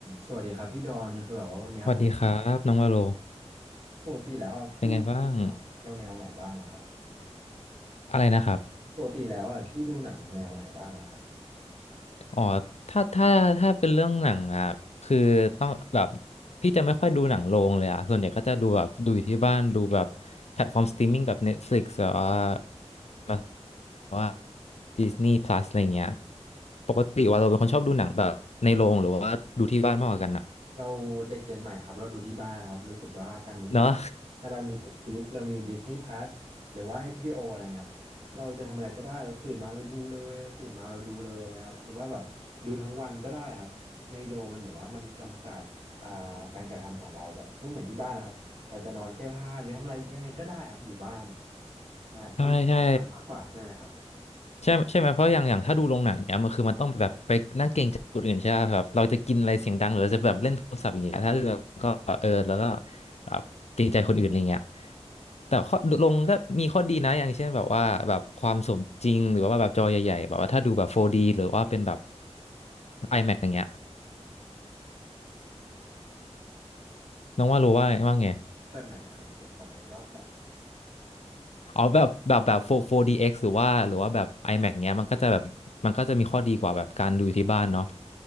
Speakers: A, on the right; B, on the left.
A: สวัสดีครับพี่ดอนคือแบบว่าวันเนี้ยผม
B: สวัสดีครับน้องวาโล
A: ปกติแล้วอ่ะพี่ดูหนังแนวแนวไหนบ้างล่ะครับ
B: เป็นไงบ้างอะไรนะครับ
A: ปกติแล้วอ่ะพี่ดูหนังแนวไหนบ้างล่ะครับ
B: อ๋อถ้าถ้าถ้าเป็นเรื่องหนังอ่ะคือต้องแบบพี่จะไม่ค่อยดูหนังโรงเลยอ่ะส่วนใหญ่ก็จะดูแบบดูอยู่ที่บ้านดูแบบแพลตฟอร์มสตรีมมิ่งแบบ Netflix แบบว่าแบบว่า Disney Plus อะไรเงี้ยปกติว่าเราเป็นคนชอบดูหนังแบบในโรงหรือว่าดูที่บ้านมากกว่ากันอ่ะ
A: เราเด็กเจนใหม่ครับเราดูที่บ้านครับรู้สึกว่าการดูที่บ้านถ้าเรามี
B: เนอะ
A: Netflix เรามี Disney Plus หรือว่า HBO อชบีโออะไรเงี้ยครับเราจะทำอะไรก็ได้เราตื่นมาเราดูเลยเราตื่นมาเราดูเลยนะครับหรือว่าแบบดูทั้งวันก็ได้ครับในโรงมันเหมือนว่ามันจำกัดอ่าการกระทำของเราแบบไม่เหมือนที่บ้านนะครับเราจะนอนแก้ผ้าหรือทำอะไรยังไงก็ได้ครับอยู่บ้านใช่มันง่ายมากกว่าใช่ไหมครับ
B: <laughs> ใช่ใช่ ใช่ใช่ไหมเพราะอย่างอย่างถ้าดูโรงหนังเนี้ยมันคือมันต้องแบบไปนั่งเกรงใจคนอื่นใช่ไหมครับเราจะกินอะไรเสียงดังหรือจะแบบเล่นโทรศัพท์อย่างเงี้ยถ้าเราก็เออแล้วก็แบบเกรงใจคนอื่นอะไรเงี้ยแต่ข้อลงก็มีข้อดีนะอย่างเช่นแบบว่าแบบความสมจริงหรือว่าแบบจอใหญ่ๆแบบว่าถ้าดูแบบ
A: ใช่
B: 4D หรือว่าเป็นแบบ IMAX อย่างเงี้ยน้องว่ารู้ว่าว่าไง
A: แบบไหนนะครับผมขอมาอีกรอบแบบ
B: อ๋อแบบแบบแบบ 4- d x หรือว่าหรือว่าแบบ IMAX เงี้ยมันก็จะแบบมันก็จะมีข้อดีกว่าแบบการดูที่บ้านเนาะ